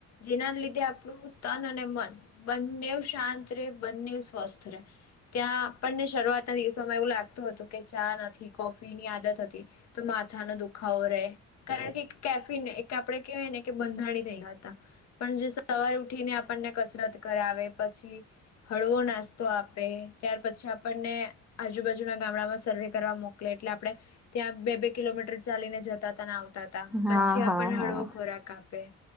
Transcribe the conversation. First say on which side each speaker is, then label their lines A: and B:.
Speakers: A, on the left; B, in the centre.
A: જેના લીધે આપણું તન અને મન બંને શાંત રે બંને સ્વસ્થ રહે ત્યાં આપણને શરૂઆતના દિવસોમાં એવું લાગતું હતું કે ચા નથી કોફી ની આદત હતી તો માથાનો દુ ખાવો રે કારણ કે કેફ પીને એક આપણે કેવાય ને કે બધાંરણી થઈ ગયા હતા પણ જે સ સવાર ઉઠીને આપણને કસરત કરાવે પછી હળવો નાસ્તો આપે ત્યાર પછી આપણને આજુબાજુના ગામડામાં સર્વે કરવા મોક કલે આપણે ત્યાં બે બે કિલોમીટર ચાલીને જતા ત આવ તા હતા
B: હા
A: પછી આપ
B: હા હા
A: હળવો ખોરાક આપે